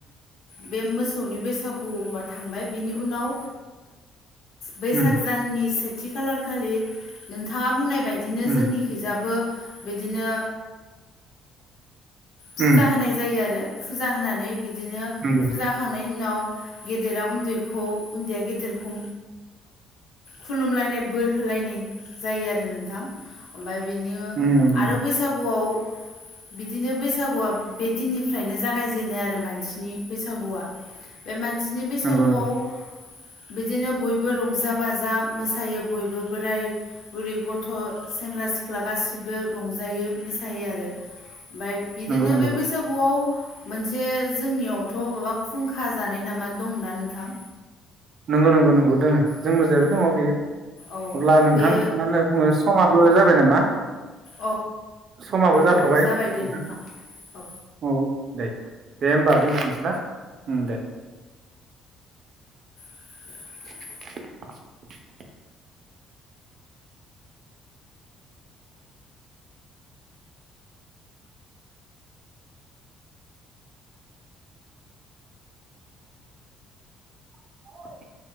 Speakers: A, on the left; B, on the right.
A: बे मोसौनि बैसागुआ थांबाय बेनि उनाव बैसागो
B: उम,
A: साननि सेथि खालार खालि नोंथाङा बुंनाय बायदिनो
B: उम,
A: जोंनिखि
B: उम,
A: खिजाबो बिदिनो
B: उम,
A: फुजा होनाय जायो आरो फुजा होनानै बिदिनो
B: ओम
A: जाखांनायनि उनाव गेदेरा उन्दैखौ उन्दैया गेदेरखौ खुलुमलायनाय बोर होलायनाय जायो आरो नोंथां ओमफ्राय बिदि
B: उम,
A: आरो बैसागुआव
B: <inaudible>
A: बिदिनो बैसागुआ बे दिननिफ्रायनो जागायजेनो आरो मानसिनि बैसागुआ बे मानसिनि बैसागुआव
B: नंगौ नंगौ
A: बिदिनो बयबो रंजा हेफाजाब मोसायो बयबो बोराय बुरै गथ' सेंग्रा सिख्ला गासैबो रंजायो मोसायो आरो ओमफ्राय बिदिनो
B: नंगौ नंगौ
A: बे बैसागुआव मोनसे जोंनियावथ' माबा खुंखा जानाय नामा दंना नोंथां
B: नंगौ नंगौ नंगौ दोङो जोंनि
A: औ
B: जेबो
A: औ
B: दङ बियो
A: औ
B: अब्ला नोंथां
A: बे
B: मानो बुङो समाबो जाबाय नामा
A: औ
B: समाबो
A: औ
B: जाथ'बाय
A: औ जाबाय
B: नोंथां
A: दे औ
B: औ दे दे होमबा दोनथ'नोसै ना दे
A: <inaudible>
B: <inaudible> औ